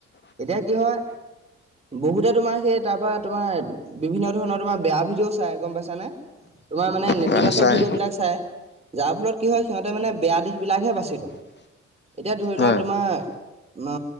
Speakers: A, on the right; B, on the left.
A: এতিয়া কি হয় বহুতে তোমাৰ সেই তাৰপৰা তোমাৰ বিভিন্ন ধৰণৰ তোমাৰ বেয়া ভিডিঅ' চাই গম পাইছানে? তোমাৰ মানে
B: হয়
A: ইতিবাচক
B: চাই
A: ভিডিঅ' বিলাক চাই যাৰ ফলত কি হয় সিহঁতে মানে বেয়া দিশ বিলাকহে বাচি লয় এতিয়া ধৰি
B: হয়
A: লোৱা তোমাৰ আ,